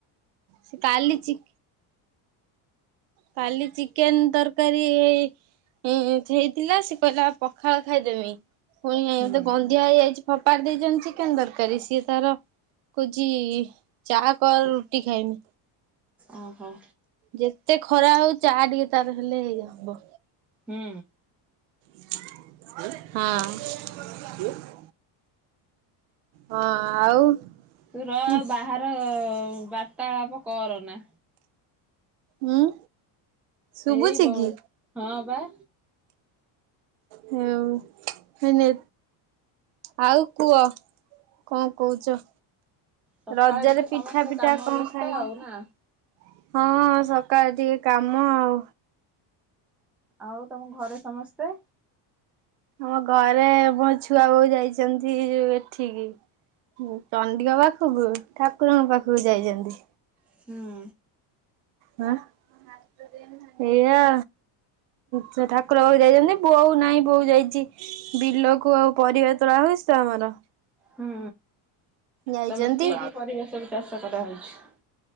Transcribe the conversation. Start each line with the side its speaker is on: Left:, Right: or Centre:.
Right: ସେ କାଲି ଚି କାଲି ଚିକେନ୍ ତରକାରୀ ହେଇ <unintelligible> ହେଇଥିଲା ସେକହିଲା ପଖାଳ ଖାଇଦେମି ପୁଣି ଇଁ
Centre: ହୁଁ
Right: ମତେ ଗନ୍ଧ ଦିଆ ହେଇଯାଇଛି ଫୋପାଡ଼ି ଦେଇଛନ୍ତି ଚିକେନ୍ ଦରକାରୀ ସିଏ ତାର କହୁଛି ଚା କର ରୁଟି ଖାଇମି।
Centre: ଓହୋ।
Right: ଯେତେ ଖରା ହଉ ଚା ଟିକେ ତାର ହେଲେ ହେଇ ହବ।
Centre: ହୁଁ।
Right: ହଁ। ହଁ ଆଉ
Centre: ତୁ ର
Right: ହୁଁ
Centre: ଆଉ ବାହାର ବାର୍ତ୍ତାଳାପ କର ନା।
Right: ହୁଁ ଶୁଭୁଛି
Centre: ଏଇ ବୋଉ
Right: କି
Centre: ହଁ ବା।
Right: ହଉ ହେନେ ଆଉ କୁହ କଣ କହୁଛ?
Centre: ସକାଳେ
Right: ରଜରେ
Centre: ଟିକେ ସମସ୍ତେ
Right: ପିଠା ପିଠା
Centre: କାମ
Right: କଣ
Centre: ବ୍ୟସ୍ତ
Right: ଖାଇଲ?
Centre: ଆଉ ନା।
Right: ହଁ ସକାଳେ ଟିକେ କାମ ଆଉ।
Centre: ଆଉ ତମ ଘରେ ସମସ୍ତେ?
Right: ଆମ ଘରେ ମୋ ଛୁଆ ବୋଉ ଯାଇଛନ୍ତି ଯୋଉ ଏଠିକି। ଚଣ୍ଡିଙ୍କ ପାଖକୁ ଠାକୁରଙ୍କ ପାଖକୁ ଯାଇଛନ୍ତି।
Centre: ହୁଁ।
Right: ହଁ ଏଇୟା। ଛା ଠାକୁର ପାଖକୁ ଯାଇଛନ୍ତି ବୋଉ ନାହିଁ ବୋଉ ଯାଇଛି। ବିଲକୁ ଆଉ ପରିବା ତୋଳା ହଉଛି ତ ଆମର।
Centre: ହୁଁ
Right: ଯାଇଛନ୍ତି
Centre: ତମର କି କି ପରିବା ସବୁ ଚାଷ କରାହଉଛି?